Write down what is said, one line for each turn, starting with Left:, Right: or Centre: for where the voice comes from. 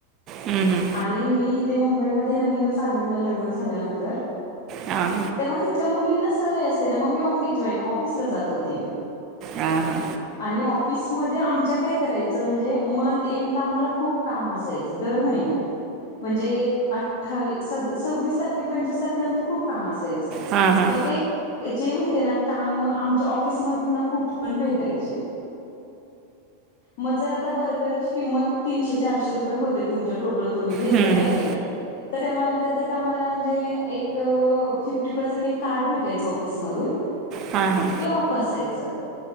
Right: हम्म हम्.
Left: आणि मी इथे मुंबईमध्ये नवीनच आलेल ना लग्न झाल्यानंतर.
Right: आ्.
Left: तेव्हा हिथल्या मुलींना सवय असते ना मग मी ऑफिस जॉईन ऑफिसला जात होते.
Right: हा हा.
Left: आणि ऑफिसमध्ये आमच्या काय करायचं म्हणजे मन. एंडला आम्हाला खूप काम असायचं दर महिन्यात म्हणजे. ठावीस सद सव्वीस तारखे पंचवीस तारखेनंतर खूप काम असायचं
Right: हां, हां.
Left: मग ते. जे माहिती आहे ना काम आमच्या ऑफिसमधून ना कुप ण भेटायचे. मग जर आता बर्गरची किंमत तीनशे चारशे रुपये होते तुमच्या टोटल तुम्ही घेतलं
Right: हम्म, हम्म.
Left: काय काय काय. तर त्यात आम्हाला त्या त्या त्या आम्हाला म्हणजे एक फिफ्टी पर्सेंट एक कार्ड भेटायचं. ईस मधून.
Right: हा हा.
Left: ते ऑफ असायचं.